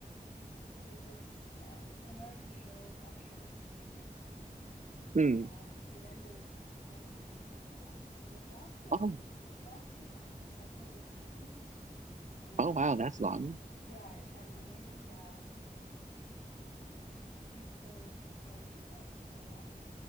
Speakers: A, on the left; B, on the right.
A: it, it was, uh, it's an American show that I'm sure it's streaming somewhere.
B: Hmm.
A: Um, it ended quite a few years ago now, but it lasted,
B: Oh,
A: it lasted, I don't know, seven or eight seasons. And
B: oh wow, that's long.
A: yeah, it had an amazing cast. It it it retold the fairy tales from a